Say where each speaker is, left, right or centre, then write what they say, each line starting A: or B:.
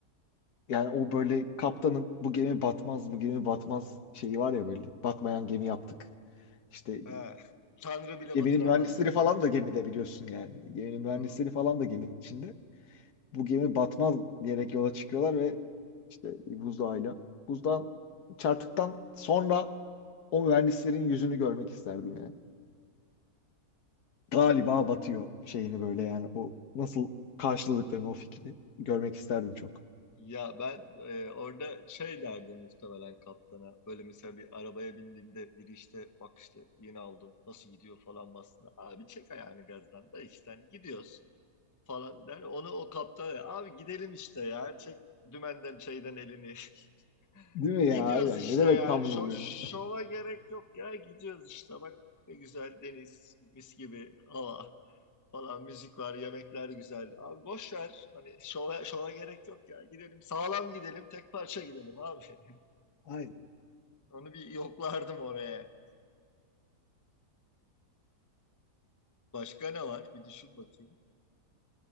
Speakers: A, on the left; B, on the left.
A: yani o böyle kaptanın bu gemi batmaz, bu gemi batmaz şeyi var ya böyle batmayan gemi yaptık. İşte
B: He. Tanrı bile
A: geminin
B: batıramaz
A: mühendisleri
B: bu
A: falan
B: gemiyi.
A: da gemide biliyorsun yani. Geminin mühendisleri
B: Hı hı.
A: falan da geminin içinde. Bu gemi batmaz diyerek yola çıkıyorlar ve işte bir buzdağıyla. Buzdağın çarptıktan sonra o mühendislerin yüzünü görmek isterdim yani. galiba batıyor şeyini böyle yani o nasıl karşıladıklarını o fikri görmek isterdim çok.
B: Ya ben e, orada şey derdim muhtemelen kaptana. Böyle mesela bir arabaya bindiğimde biri işte bak işte yeni aldım nasıl gidiyor falan basında. Abi çek ayağını gazdan da işte hani gidiyoruz falan der. Onu o kaptana "Ya abi gidelim işte ya çek dümenden şeyden elini. <laughs>
A: Değil mi ya?
B: Gidiyoruz
A: Aynen.
B: işte
A: Ne demek
B: yani
A: tam
B: Şo
A: yol yani?
B: şova gerek yok ya gidiyoruz işte bak ne güzel deniz mis gibi hava falan müzik var, yemekler güzel. Abi boş ver. Hani şova, şova gerek yok ya. Gidelim sağlam gidelim, tek parça gidelim abi. <laughs>
A: Aynen.
B: Onu bir yoklardım oraya. Başka ne var? Bir düşün bakayım.